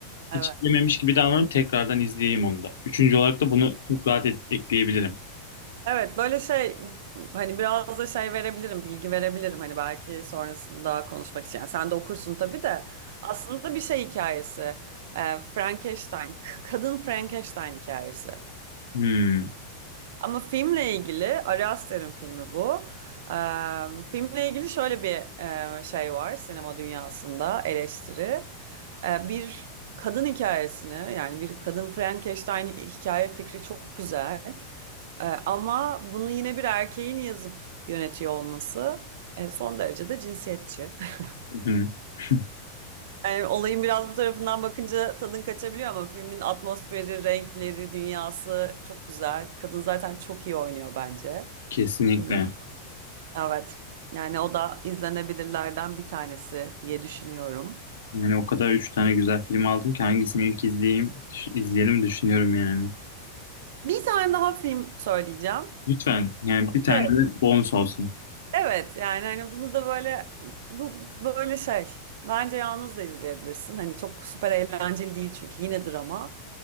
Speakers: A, on the left (about 65°); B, on the right (about 55°).
A: hiç
B: evet.
A: izlememiş gibi davranıp tekrardan izleyeyim onu da. Üçüncü olarak da bunu çok rahat et- ekleyebilirim.
B: Evet, böyle şey hani biraz da şey verebilirim, bilgi verebilirim hani belki sonrasında konuşmak için. Yani sen de okursun tabii de. Aslında bir şey hikayesi. E, Frankenstein, k- kadın Frankenstein hikayesi.
A: Hmm.
B: Ama filmle ilgili, Ari Aster'in filmi bu. Eee, filmle ilgili şöyle bir eee, şey var sinema dünyasında eleştiri. Eee, bir kadın hikayesini yani bir kadın Frankenstein hikaye fikri çok güzel. Eee, ama bunu yine bir erkeğin yazıp yönetiyor olması eee, son derece de cinsiyetçi. <laughs>
A: Hı hı.
B: Yani olayın biraz bu tarafından bakınca tadın kaçabiliyor ama filmin atmosferi, renkleri, dünyası çok güzel. Kadın zaten çok iyi oynuyor bence.
A: Kesinlikle.
B: Hmm. Evet. Yani o da izlenebilirlerden bir tanesi diye düşünüyorum.
A: Yani o kadar üç tane güzel film aldım ki hangisini ilk izleyeyim, düş- izleyelim düşünüyorum yani.
B: Bir tane daha film söyleyeceğim.
A: Lütfen yani bir tane
B: De,
A: de bonus olsun.
B: evet yani hani bunu da böyle bu böyle şey. Bence yalnız da izleyebilirsin. Hani çok süper eğlenceli değil çünkü yine drama.